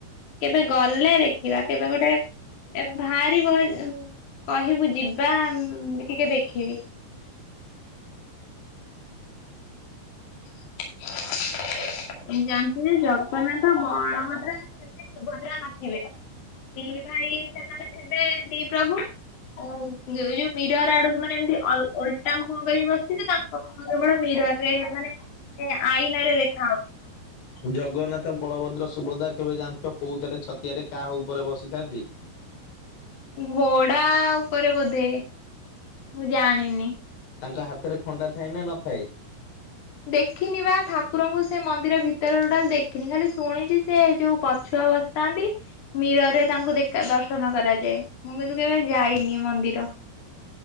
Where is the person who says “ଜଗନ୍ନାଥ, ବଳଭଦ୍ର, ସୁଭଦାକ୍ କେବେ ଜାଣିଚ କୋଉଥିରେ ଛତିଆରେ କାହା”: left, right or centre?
Left